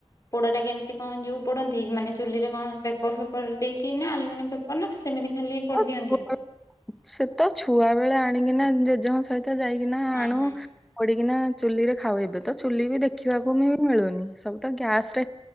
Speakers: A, on the left (about 30°); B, in the centre.
A: ପୋଡାଟା କେମିତି କଣ ଯୋଉ ପଡନ୍ତି ମାନେ ଚୁଲିରେ କଣ ପେପର ଫେପର ଦେଇକି ନା ଆଲୁମିନିୟମ୍ ପେପର ନା ସେମିତି ଖାଲି
B: ଛ
A: ପୋଡି ଦିଅନ୍ତି?
B: ସେ ତ ଛୁଆ ବେଳେ ଆଣିକିନା ଜେଜେମା ସହିତ ତ ଯାଇକିନା
A: ଅଁ
B: ଆଣୁ
A: ହଁ।
B: ପୋଡିକିନା ଚୁଲି ରେ ଖାଉ ଏବେ ତ ଚୁଲି ବି ଦେଖିବାକୁ ବି ମିଳୁନି ସବୁ ତ ଗ୍ୟାସ ରେ